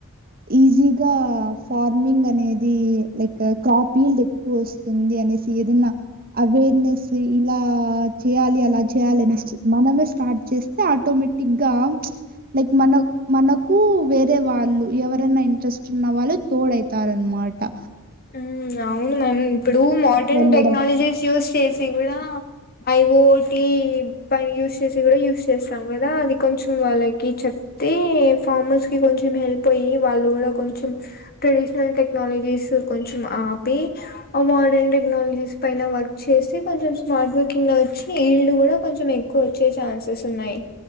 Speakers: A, on the right; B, on the left.
A: ఈజీగా ఫార్మింగ్ అనేది లైక్ కాపీలు ఎక్కువ వస్తుంది అనేసి ఏదన్నా అవేర్నెస్ ఇలా చేయాలి అలా చేయాలి అనిసి మనమే స్టార్ట్ చేస్తే ఆటోమేటిక్ గా లైక్ మన మనకు వేరే వాళ్ళు ఎవరైనా ఇంట్రెస్ట్ ఉన్న వాళ్ళు తోడయతారు మాటా
B: ఉ అవును మ్యామ్ ఇప్పుడు మోడర్న్
A: వెళ్ళడం.
B: టెక్నాలజీస్ యూజ్ చేసి కూడా ఐ ఓటి పై యూస్ చేసి కూడా యూస్ చేస్తాం కదా అది కొంచెం వాళ్ళకి చెప్ తే ఫార్మర్స్ కి కొంచెం హెల్ప్ అయ్యి వాళ్ళు కూడా కొంచెం ట్రెడిషినల్ టెక్నాలజీస్ కొంచెం ఆపి ఆ మోడర్న్ టెక్నాలజీస్ పైన వర్క్ చేస్తే కొంచెం స్మార్ట్ వర్కింగ్ లో వచ్చి ఈల్డ్ కూడా కొంచెం ఎక్కువ వచ్చే ఛాన్సెస్ ఉన్నాయి